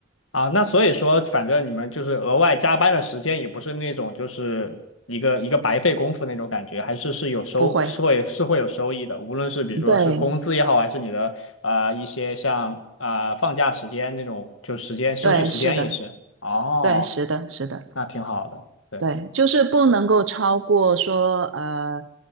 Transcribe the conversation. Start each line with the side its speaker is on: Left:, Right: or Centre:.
Left: 啊，那所以说，反正你们就是额外加班的时间，也不是那种就是一个一个白费功夫那种感觉，还是是有收，
Right: 不会，
Left: 是会是会有收益的，
Right: 嗯
Left: 无论是比如说是工资也好，
Right: 对
Left: 还是你的呃一些像啊、呃放假时间那种，就时间休息时间也是。
Right: 对，是的，
Left: 哦，
Right: 对，是的，是的。
Left: 那挺好的，对
Right: 对，就是不能够超过说呃